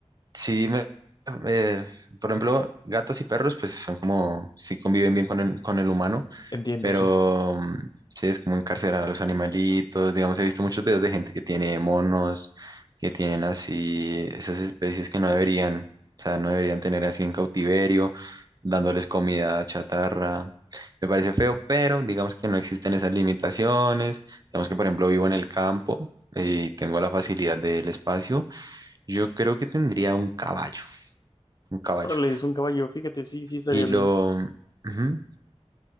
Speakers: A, on the right; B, on the left.
A: Sí, me, eh, por ejemplo, gatos y perros, pues son como, sí conviven bien con el, con el humano.
B: Entiendo,
A: Pero
B: sí.
A: mm, sí, es como encarcelar a los animalitos. Digamos, he visto muchos videos de gente que tiene monos, que tienen así esas especies que no deberían, o sea, no deberían tener así en cautiverio, dándoles comida chatarra. Me parece feo, pero digamos que no existen esas limitaciones. Digamos que, por ejemplo, vivo en el campo y tengo la facilidad del espacio. Yo creo que tendría un caballo, un caballo.
B: Órale, es un caballo, fíjate, sí, sí estaría
A: Y
B: bien.
A: lo, ujú,